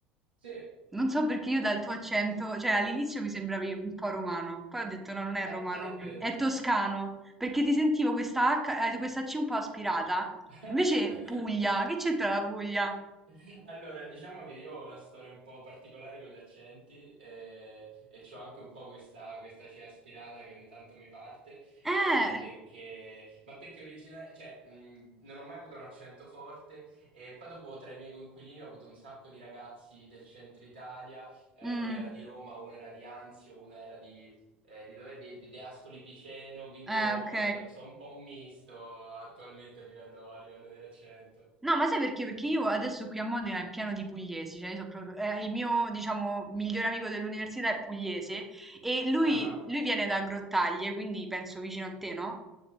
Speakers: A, on the right (about 75°); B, in the centre.
A: Sì,
B: Non so perché io dal tuo accento, cioè all'inizio mi sembravi un po' romano, poi ho detto no, non è
A: ah,
B: romano,
A: ah, davvero.
B: è toscano, perché ti sentivo questa H, eh, questa C un po' aspirata,
A: <laughs>
B: invece Puglia, che c'entra la Puglia?
A: <laughs> Allora, diciamo che io ho una storia un po' particolare con gli accenti eh, e, c'ho anche un po' questa, questa cea aspirata che ogni tanto mi parte,
B: Eh,
A: eh, perché, ma perché origina- cioè, mh, non ho mai avuto un accento forte e poi dopo tra i miei coinquilini ho avuto un sacco di ragazzi del centro Italia, eh,
B: mm,
A: uno era di Roma, uno era di Anzio, uno era di... eh, di dove? Di, di- di Ascoli Piceno, quindi
B: eh,
A: ho-
B: ok.
A: ho- sono un po' un misto attualmente a livello, a livello di accento.
B: No, ma sai perché? Perché io adesso qui a Modena è pieno di pugliesi, cioè io so proprio, eh, il mio, diciamo, migliore amico dell'università è pugliese e lui,
A: Ah.
B: lui viene da Grottaglie, quindi penso vicino a te, no?